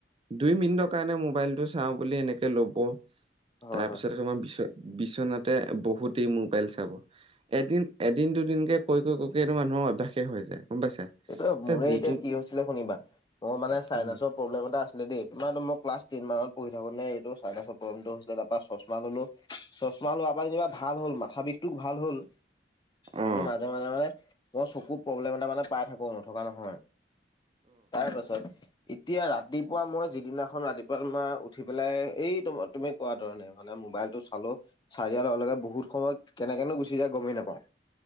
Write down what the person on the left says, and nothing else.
হয়
হয়।
এইটোৱে
মোৰে
এতিয়া কি হৈছিলে শুনিবা মোৰ মানে চাইনাছৰ।
প্ৰব্লেম এটা আছিলে দেই তোমাৰ মই ক্লাছ টেন মানত পঢ়ি থাকোতে নে এইটো চাইনাছৰ প্ৰব্লেমটো হৈছিল তাৰ পৰা চশমা ল'লো। চশমা লোৱাৰ পৰা যেনিবা ভাল হ'ল মাথা বিষটো ভাল হ'ল।
কিন্তু মাজে মাজে মানে মই চকুৰ প্ৰব্লেম এটা মানে পাই থাকোঁ নথকা নহয়। তাৰেপাছত। এতিয়া ৰাতিপুৱা মই যিদিনাখন ৰাতিপুৱা তোমাৰ উঠি পেলাই এই তুম-তুমি কোৱা ধৰণে। মানে মোবাইলটো চালোঁ। চাই দিয়াৰ লগে লগে বহুত সময় কেনে কেনো গুচি যায় গমেই নাপাওঁ